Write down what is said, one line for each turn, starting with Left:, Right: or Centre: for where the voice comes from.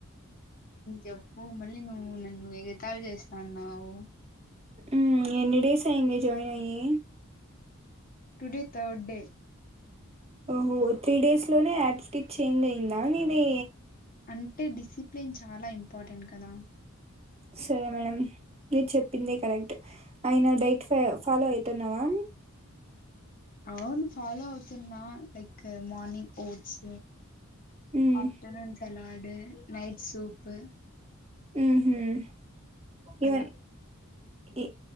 Left: జబ్బు మళ్ళీ నువ్వు నన్ను ఎగతాళి చేస్తాన్నావు
Right: ఉమ్ ఎన్ని డేస్ అయింది జాయిన్ అయ్యి
Left: టుడే ధర్డ్ డే
Right: ఓహో త్రీ డేస్ లోనే యాటిట్యూడ్ చేంజ్ అయ్యింద నిదీ
Left: అంటె డిసిప్లిన్ చాలా ఇంపార్టెంట్ కదా
Right: సరే మేడం మీర్ చెప్పిందే కరెక్ట్ అయిన డైట్ ఫ ఫాలో అవుతున్నావా
Left: ఔన్ ఫాలో అవుతున్నా లైక్ మార్నింగ్ ఓట్స్
Right: మ్మ్
Left: అఫ్టర్నూన్ సలాడ్ అడే నైట్ సూప్
Right: ఉమ్ హమ్ ఇవన్
Left: అలా
Right: ఇ